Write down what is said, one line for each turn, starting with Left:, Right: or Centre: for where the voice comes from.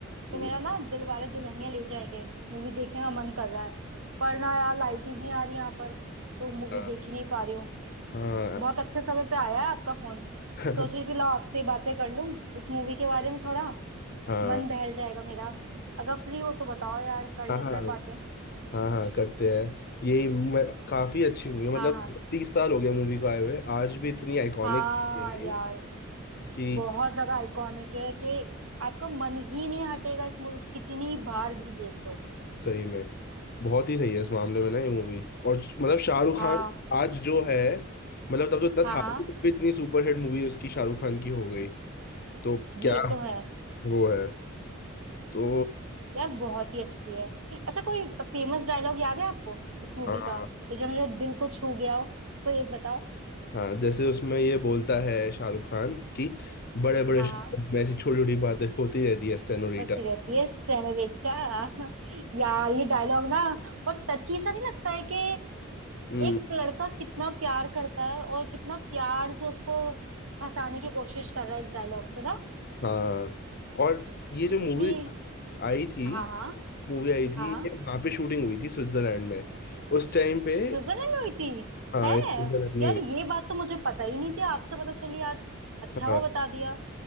Right: तो
Left: हम्म,
Right: मेरा ना दिल वाले दुल्हनिया ले जाएंगे मूवी देखने का मन कर रहा है पर ना यार लाइट ही नहीं आ रही यहाँ पर तो मूवी
Left: हाँ
Right: देख ही नहीं पा रही हूँ
Left: हाँ
Right: बहुत अच्छे समय पे आया है आपका फोन
Left: <laughs>
Right: सोच रही थी लाओ आपसे ही बातें कर लूं इस मूवी के बारे में थोड़ा
Left: हाँ
Right: मन बहल जाएगा मेरा अगर फ्री हो तो बताओ यार कर
Left: हाँ
Right: लेते
Left: हाँ
Right: हैं बातें
Left: हाँ हाँ करते हैं यही मैं, काफी अच्छी मूवी है मतलब
Right: हाँ हाँ
Left: तीस साल हो गए मूवी को आए हुए आज भी इतनी आइकॉनिक
Right: हाँ
Left: है ना ये,
Right: यार
Left: कि
Right: बहुत ज्यादा आइकॉनिक है कि आपका मन ही नहीं हटेगा इस मूवी कितनी बार भी देख लो
Left: सही में बहुत ही सही है इस मामले में ना ये मूवी और श- मतलब शाहरुख
Right: हाँ
Left: खान आज जो है मतलब तब तो इतना था
Right: हाँ हाँ
Left: नहीं, तब भी इतनी सुपरहिट मूवी उसकी शाहरुख खान की हो गई तो क्या
Right: ये तो है
Left: वो है तो
Right: यार बहुत ही अच्छी है अच्छा कोई फेमस डायलॉग याद है आपको इस मूवी
Left: हाँ
Right: का ये जो मेरे दिल को छू गया हो कोई एक बताओ
Left: हाँ जैसे उसमें ये बोलता है शाहरुख खान कि बड़े बड़े
Right: हाँ
Left: शहरों
Right: हाँ
Left: में ऐसी छोटी छोटी बातें होती रहती है सेनोरिटा
Right: होती रहती है सेनोरेटा यार ये डायलॉग ना बहुत टची सा नहीं लगता है कि
Left: हम्म
Right: एक लड़का कितना प्यार करता है और कितना प्यार से उसको फंसाने की कोशिश कर रहा है इस डायलॉग से ना
Left: हाँ और ये जो मूवी
Right: ये
Left: आई थी
Right: हाँ हाँ
Left: मूवी आई थी
Right: हाँ
Left: ये वहाँ पे शूटिंग हुई थी स्विट्जरलैंड में उस टाइम पे
Right: स्विट्जरलैंड में हुई थी
Left: हाँ
Right: है
Left: ये स्विट्जरलैंड में
Right: यार
Left: हुई
Right: ये बात तो मुझे पता ही नहीं थी आपसे पता चली आज अच्छा
Left: हाँ
Right: हुआ बता दिया